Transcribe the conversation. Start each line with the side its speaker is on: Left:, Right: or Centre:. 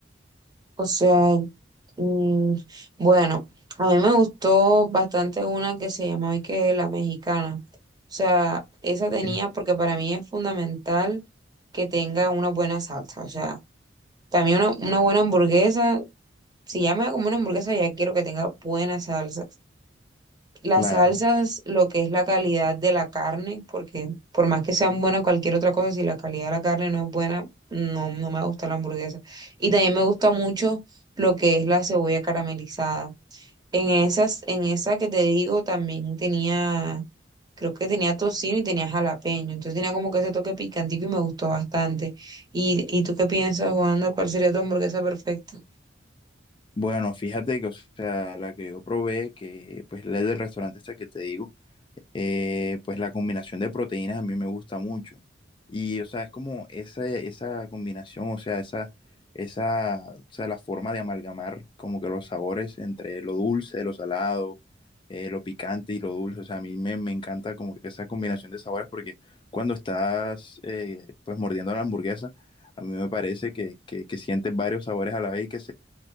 Right: O sea, mm, bueno, a mí me gustó bastante una que se llamaba y que la mexicana. O sea, esa tenía,
Left: Sí.
Right: porque para mí es fundamental que tenga una buena salsa. O sea, también una, una buena hamburguesa, si ya me voy a comer una hamburguesa, ya quiero que tenga buena salsa. Las
Left: Claro.
Right: salsas, lo que es la calidad de la carne, porque por más que sean buenas cualquier otra cosa, si la calidad de la carne no es buena, no, no me gusta la hamburguesa. Y también me gusta mucho lo que es la cebolla caramelizada. En esas, en esa que te digo, también tenía, creo que tenía tocino y tenía jalapeño. Entonces tenía como que ese toque picantico y me gustó bastante. ¿Y, y tú qué piensas, Juanda? ¿Cuál sería tu hamburguesa perfecta?
Left: Bueno, fíjate que, o sea, la que yo probé, que pues la del restaurante esta que te digo, eh, pues la combinación de proteínas a mí me gusta mucho. Y, o sea, es como esa, esa combinación, o sea, esa, esa, o sea, la forma de amalgamar como que los sabores entre lo dulce, lo salado, eh, lo picante y lo dulce. O sea, a mí me, me encanta como que esa combinación de sabores porque cuando estás, eh, pues, mordiendo la hamburguesa, a mí me parece que, que, que sientes varios sabores a la vez y que se